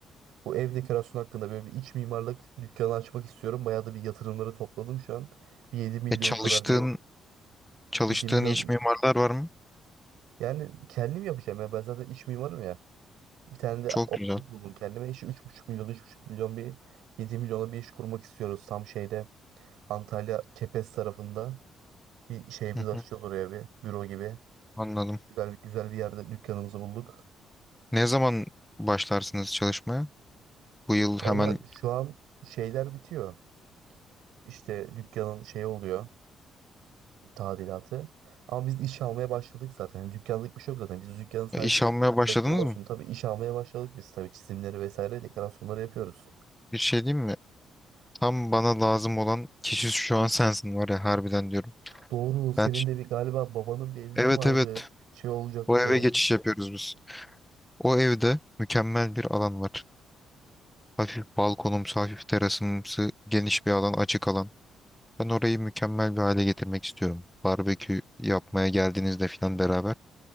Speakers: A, on the right; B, in the centre.
A: Bu ev dekorasyonu hakkında böyle bir iç mimarlık dükkanı açmak istiyorum. Bayağı da bir yatırımları topladım şu an. Bir yedi milyon
B: E çalıştığın
A: kadar bir
B: çalıştığın
A: yedi milyon
B: iç mimarlar var mı?
A: yani kendim yapacağım ya. Ben zaten iç mimarım ya. Bir tane de
B: Çok
A: ortak
B: güzel.
A: buldum kendime. İşte üç buçuk milyon, üç buçuk milyon bir 7 milyona bir iş kurmak istiyoruz tam şeyde Antalya Kepez tarafında. Bir şeyimizi
B: Hı
A: açacağız
B: hı,
A: oraya bir büro gibi.
B: anladım.
A: Güzel bir güzel bir yerde dükkanımızı bulduk.
B: Ne zaman başlarsınız çalışmaya? Bu yıl hemen
A: Valla şu an şeyler bitiyor. İşte dükkanın şey oluyor tadilatı. Ama biz iş almaya başladık zaten. Yani dükkanlık bir şey yok zaten. Biz dükkanın sadece
B: iş almaya başladınız
A: reklam olsun
B: mı?
A: tabii iş almaya başladık biz tabii çizimleri vesaire dekorasyonları yapıyoruz.
B: Bir şey diyeyim mi? Tam bana lazım olan kişi şu an sensin var ya harbiden diyorum.
A: Doğru senin
B: Ben
A: de bir galiba babanın bir evi mi
B: evet
A: vardı?
B: evet
A: Şey olacaktı.
B: o eve geçiş yapıyoruz biz. O evde mükemmel bir alan var. Hafif balkonumsu, hafif terasımsı, geniş bir alan, açık alan. Ben orayı mükemmel bir hale getirmek istiyorum. Barbekü yapmaya geldiğinizde falan beraber.